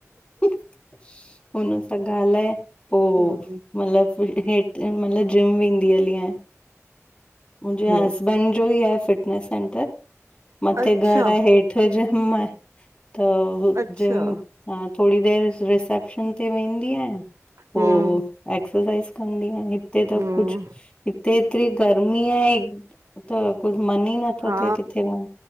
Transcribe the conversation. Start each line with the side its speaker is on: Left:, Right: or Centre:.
Left: <unintelligible> हुन सां ॻाल्हाए पो
Right: हम्म
Left: मतलब <unintelligible> हिंन मैल जिम वेंदी हली आयां मुंहिंजे
Right: हम्म
Left: हसबैंड जो ही आहे फिटनेस सेंटर- मते
Right: अच्छा
Left: घर आहे हेठ जिम आहें। त
Right: अच्छा
Left: जिम थोरी देरि रिसेप्शन ते वेंदी आहियां-
Right: हम्म
Left: पोइ एक्सरसाइज़ कंदी आहिय हिते त
Right: हम्म
Left: कुझु हिते हेएतिरी- गर्मी आहे- <inaudible> त कुझु मन ई नथो
Right: हा
Left: थिए किथे वञ